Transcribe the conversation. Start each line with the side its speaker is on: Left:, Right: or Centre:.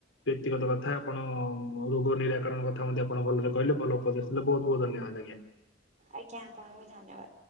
Left: ବ୍ୟକ୍ତିଗତ କଥା, ଆପଣ ରୋଗ ନିରାକରଣ କଥା ମଧ୍ୟ ଆପଣ ଭଲରେ କହିଲେ, ଭଲ ଉପଦେଶ ଦେଲେ, ବହୁତ ବହୁତ ଧନ୍ୟବାଦ ଆଜ୍ଞା।
Right: ଆଜ୍ଞା, ଆପଣଙ୍କୁ ବି ଧନ୍ୟବାଦ।